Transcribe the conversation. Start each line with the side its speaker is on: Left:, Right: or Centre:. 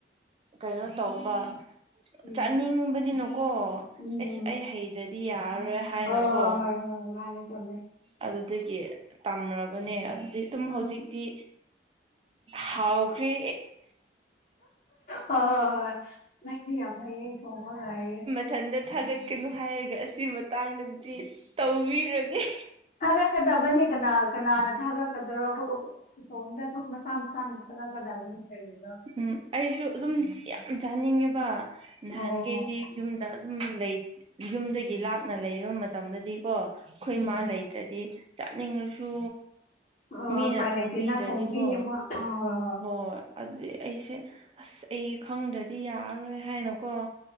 Right: ꯀꯩꯅꯣ ꯇꯧꯕ
Left: ꯎꯝ
Right: ꯆꯥꯅꯤꯡꯕꯅꯤꯅꯀꯣ
Left: ꯎꯝ
Right: ꯑꯩꯁ ꯑꯩ ꯍꯩꯗ꯭ꯔꯗꯤ ꯌꯥꯔꯔꯣꯏ ꯍꯥꯏꯅꯀꯣ
Left: ꯍꯣꯏ ꯍꯣꯏ ꯍꯣꯏ ꯍꯣꯏ ꯃꯥꯅꯦ ꯆꯨꯝꯃꯦ
Right: ꯑꯗꯨꯗꯒꯤ ꯇꯝꯔꯕꯅꯦ ꯑꯗꯨꯗꯤ ꯑꯗꯨꯝ
Left: ꯎꯝ
Right: ꯍꯧꯖꯤꯛꯇꯤ ꯍꯥꯎꯈ꯭ꯔꯤ
Left: ꯍ‌ꯣ ꯍ‌ꯣ ꯍꯣꯏ ꯅꯪꯗꯤ ꯌꯥꯝ ꯍꯩꯌ‌ꯦ ꯊꯣꯡꯕꯒ ꯍꯩꯌ‌ꯦ
Right: ꯏꯊꯟꯇ ꯊꯥꯒꯠꯀꯅꯨ ꯍꯥꯏꯔꯒ ꯑꯁꯤ ꯃꯇꯥꯡꯗꯗꯤ ꯇꯧꯕꯤꯔꯅꯤ
Left: ꯊꯥꯒꯠꯀꯗꯕꯅꯤ ꯀꯅꯥ ꯀꯅꯥꯅ ꯊꯥꯒꯠꯀꯗꯔꯣ ꯑꯈ‌‌ꯣ ꯑꯈ‌‌ꯣ ꯏꯇꯣꯝꯗ ꯗꯨꯝ ꯃꯁꯥ ꯃꯁꯥꯅ ꯊꯥꯒꯠꯀꯗꯕꯅꯤ ꯀꯩꯅꯣꯗꯣ
Right: ꯎꯝ ꯑꯩꯁꯨ ꯑꯗꯨꯝ ꯌꯥꯝ ꯆꯥꯅꯤꯡꯉꯦꯕ ꯅꯍꯥꯟꯈꯩꯗꯤ
Left: ꯑꯣ
Right: ꯌꯨꯝ ꯇꯥꯏ ꯑꯗꯨꯝ ꯂꯩ ꯌꯨꯝꯗꯒꯤ ꯂꯥꯞꯅ ꯂꯩꯕ ꯃꯇꯝꯗꯗꯤꯀꯣ ꯈꯣꯏ
Left: ꯎꯝ
Right: ꯃꯥ ꯂꯩꯇ꯭ꯔꯗꯤ ꯆꯥꯠꯅꯤꯡꯉꯁꯨ
Left: ꯑꯣ
Right: ꯃꯤꯅ
Left: ꯎꯄꯥꯏ
Right: ꯊꯣꯡꯕꯤꯗ꯭ꯔꯗꯤꯀꯣ
Left: ꯂꯩꯇꯦꯅ ꯊꯣꯡꯕꯤꯅꯦꯕ ꯑ ꯍꯣꯏ
Right: ꯍꯣꯏ ꯑꯗꯨꯗꯤ ꯑꯩꯁꯦ ꯑꯁ ꯑꯩ ꯈꯪꯗ꯭ꯔꯗꯤ ꯌꯥꯔꯔꯣꯏ ꯍꯥꯏꯅꯥꯀꯣ